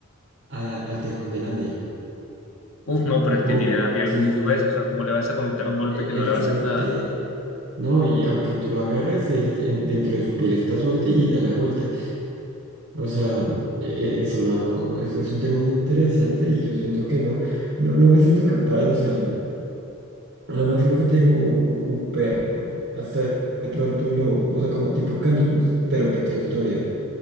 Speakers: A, on the right; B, on the left.
A: a- al tejón de la miel?
B: Uf, no, pero es
A: Porque
B: que tiene la piel muy gruesa, o sea, ¿cómo le vas a conectar un golpe
A: eh,
B: que
A: es
B: no le
A: que
B: va a hacer
A: es la
B: nada?
A: que. No, y aunque tú lo agarres, él en- dentro de su piel está suelta y da la vuelta. O sea, e- e- es una, es, es un tema muy interesante y yo siento que no, no, no me siento capaz, o sea, a lo máximo que te digo, un, un- un perro, hasta de pronto un lobo, o sea, como tipo caninos, pero pequeños todavía,